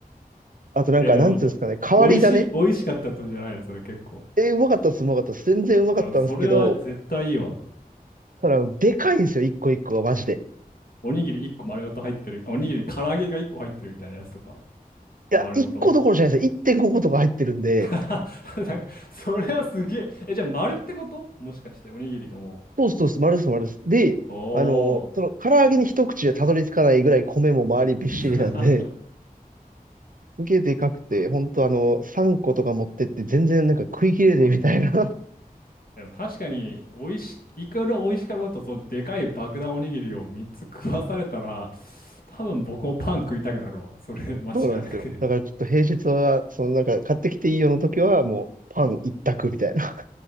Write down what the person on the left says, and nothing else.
え、でも、
美味しい、美味しかったってことじゃないのそれ結構。
なそれは絶対いいわ。
おにぎり1個丸ごと入ってる。あおにぎり唐揚げが1個入ってるみたいなやつとか。
丸ごと
<laughs> なんか、それはすげえ。え、じゃあ丸ってこともしかして、おにぎりがも
う。おー。
<laughs>
でも確かに、美味し、いくら美味しかろうと、そう、でかい爆弾おにぎりを3つ食わされたら、多分僕もパン食いたくなるわ。それ、間違いなく。